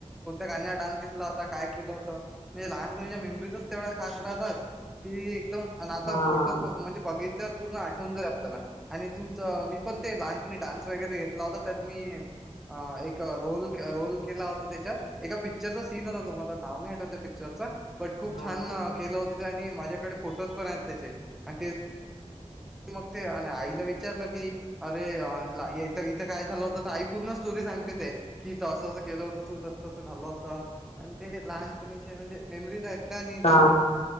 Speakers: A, in the centre; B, on the left.
A: गाण्यावर डान्स घेतला होता काय केलं होतं म्हणजे लहानपणीच्या मेमरीजच तेवढा खास राहतात की एकदम आणि आता
B: हा
A: फोटो म्हणजे बघितल्यावर पूर्ण आठवून जाई आपल्याला आणि तूच मी पण ते लहानपणी डान्स वगैरे घेतला होता त्यात मी अ एक रोल रोल केला होता त्याच्यात एका पिक्चरचा सीन होता तुम्हाला नाव नाही आठवत पिक् चरचा बट खूप
B: हा
A: छान केलं होत ते आणि माझ्याकडे फोटोज पण आहेत त्याचे आणि ते मग ते आणि आईला विचारलं की अरे इथं काय झालं होतं तर आई पूर्ण स्टोरी सांगते की तू असं अस केलं होत तू तस तसं झालं होतं आणि ते लहानपणी चे म्हजे मेमरीज आहेत. त्या आणि त्या
B: हा